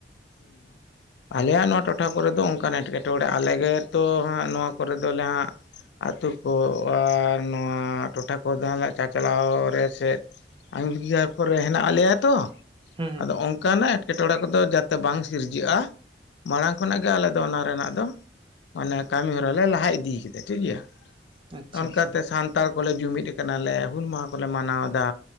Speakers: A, on the left; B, on the right.
A: ᱩᱸ ᱵᱟᱝ᱾ ᱟᱞᱮᱭᱟᱜ ᱱᱚᱣᱟ ᱴᱚᱴᱷᱟ ᱠᱚ ᱨᱮ ᱫᱚ ᱚᱱᱠᱱᱟᱜ ᱮᱸᱴᱠᱮᱴᱚᱬᱮ ᱟᱞᱮ ᱜᱮᱛᱚ ᱦᱟᱸᱜ ᱱᱚᱣᱟ ᱠᱚᱨᱮ ᱫᱚᱞᱮ ᱦᱟᱸᱜ ᱟᱹᱛᱩ ᱠᱚ ᱟᱨ ᱱᱚᱣᱟ ᱴᱚᱴᱷᱟ ᱠᱚ ᱪᱟ-ᱪᱟᱞᱟᱣ ᱨᱮ ᱥᱮᱫ ᱟᱝᱜᱤ <unintelligible> ᱠᱚᱨᱮ ᱦᱮᱱᱟᱜ ᱞᱮᱭᱟ ᱛᱚ
B: ᱦᱩᱸ ᱦᱩᱸ
A: ᱟᱫᱚ ᱚᱱᱠᱟᱱᱟᱜ ᱮᱴᱠᱮ ᱴᱚᱬᱮ ᱠᱚᱫᱚ ᱡᱟ ᱛᱮ ᱵᱟᱝ ᱥᱤᱨᱡᱟᱹᱜ-ᱟ ᱢᱟᱲᱟᱝ ᱠᱷᱚᱱᱟᱜ ᱜᱮ ᱟᱞᱮ ᱫᱚ ᱚᱱᱟ ᱨᱮᱱᱟᱜ ᱫᱚ ᱢᱟᱱᱮ ᱠᱟᱹᱢᱤ ᱦᱚᱨᱟᱞᱮ ᱞᱟᱦᱟ ᱤᱫᱤ ᱠᱮᱫᱟ ᱴᱷᱤᱠᱜᱮᱭᱟ᱾
B: ᱟᱪᱪᱷᱟ
A: ᱚᱱᱠᱟ
B: ᱟᱪᱪᱷᱟ
A: ᱛᱮ ᱥᱟᱱᱛᱟᱲ ᱠᱚᱞᱮ ᱡᱩᱢᱤᱫ ᱠᱟᱱᱟᱞᱮ ᱦᱩᱞ ᱢᱟᱦᱟ ᱠᱚᱞᱮ ᱢᱟᱱᱟᱣᱫᱟ᱾